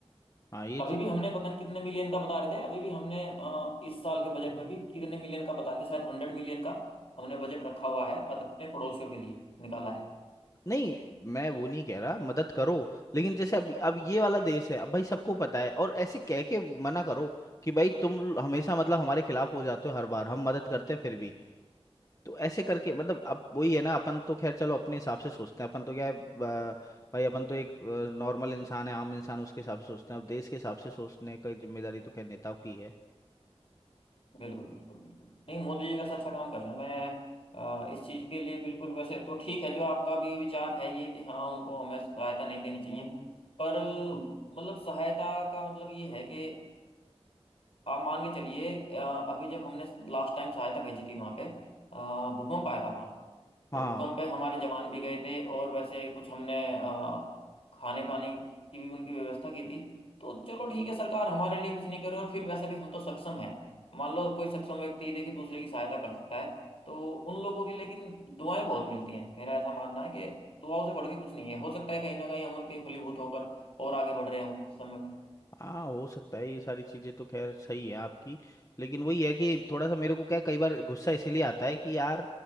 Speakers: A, on the left; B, on the left.
A: हाँ ये
B: अभी
A: चीज़
B: भी हमने पता नहीं कितने मिलियन का बता रहे थे अभी भी हमने अ, इस साल के बजट में भी कितने मिलियन का बता रहे थे शायद हंड्रेड मिलियन का हमने बजट रखा हुआ है अद- अपने पड़ोसियों के लिए निकाला है
A: नहीं मैं वो नहीं कह रहा मदद करो लेकिन जैसे अब अब ये वाला देश है अब भाई सबको पता है और ऐसे कह के मना करो कि भाई तुम हमेशा मतलब हमारे खिलाफ हो जाते हो हर बार हम मदद करते हैं फिर भी तो ऐसे करके मतलब अब वही है ना अपन तो खैर चलो अपने हिसाब से सोचते हैं अपन तो क्या है ब- भाई अपन तो एक नॉर्मल इंसान है आम इंसान उसके हिसाब से सोचते हैं अब देश के हिसाब से सोचने की जिम्मेदारी तो खैर नेताओं की है
B: बिल्कुल बिल्कुल बिल्कुल नहीं मोदी जी वैसे अच्छा काम कर रहे हैं मैं अ, इस चीज के लिए बिल्कुल वैसे तो ठीक है जो आपका भी विचार है ये कि हाँ उनको हमें सहायता नहीं देनी चाहिए हम्म पर मतलब सहायता का मतलब ये है कि आप मान के चलिए अ, अभी जब हमने लास्ट टाइम सहायता भेजी थी वहां पे अ, भूकंप आया था वहां
A: हाँ
B: तो भूकंप पे हमारे जवान भी गए थे और वैसे कुछ हमने अ, खाने पानी की भी उनकी व्यवस्था की थी तो चलो ठीक है सरकार हमारे लिए कुछ नहीं करे और फिर वैसे भी हम तो सक्षम है मान लो कोई सक्षम व्यक्ति देखिए दूसरे की सहायता कर सकता है तो उन लोगों की लेकिन दुआएं बहुत मिलती हैं मेरा ऐसा मानना है कि दुआओं से बढ़ के कुछ नहीं है हो सकता है कहीं ना कहीं हम उनके फलीभूत होकर और आगे बढ़ रहे हों समय में
A: हाँ हो सकता है ये सारी चीजें तो खैर सही है आपकी लेकिन वही है कि थोड़ा सा मेरे को क्या है, कई बार गुस्सा इसीलिए आता है कि यार